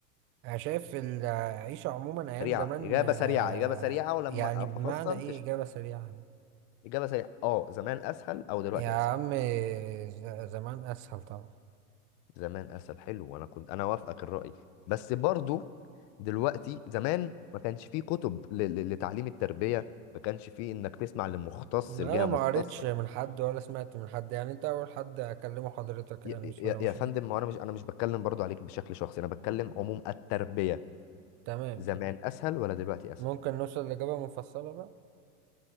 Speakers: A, on the right (about 30°); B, on the left (about 40°).
A: انا شايف العيشة عموما ايام
B: سريعة
A: زمان
B: اجابة
A: آه
B: سريعة اجابة سريعة ولما
A: يعني
B: افصل
A: بمعنى ايه
B: تش...
A: اجابة سريعة
B: اجابة سريعة اه زمان اسهل او دلوقتي
A: يا عم
B: اسهل
A: ز- زمان اسهل طبعا
B: زمان اسهل حلو وانا كنت انا وافقك الراي بس برضو دلوقتي زمان ما كانش فيه كتب ل- ل- لتعليم التربيه ما كانش فيه انك تسمع لمختص
A: انا
B: لجهه
A: ما
B: مختصه
A: قريتش من حد ولا سمعت من حد يعني انت اول حد اكلمه حضرتك
B: يا
A: يعني بسم
B: يا-
A: الله ما
B: يا
A: شاء
B: فندم
A: الله
B: ما هو انا مش انا مش بتكلم برضو عليك بشكل شخصي انا بتكلم عموم التربيه
A: تمام
B: زمان
A: تمام
B: اسهل ولا دلوقتي اسهل
A: ممكن نوصل لإجابة مفصلة بقى